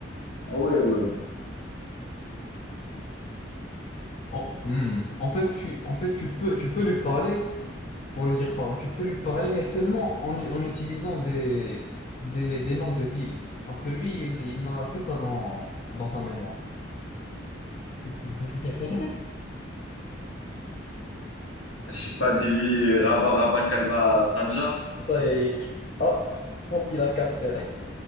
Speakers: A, on the left; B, on the left.
A: Ah ouais, ouais. ouais.
B: En, hmm. En fait, tu, en fait, tu peux, tu peux lui parler, pour lui dire pardon, tu peux lui parler, mais seulement en, u- en utilisant des, des, des noms de villes. Parce que lui, il, il n'a que ça dans, dans sa mémoire. <laughs>
A: Je sais pas, dis-lui, euh, Rabat, Rabat, Casa, Tanja.
B: Ça y est, je- ah, je pense qu'il a capté.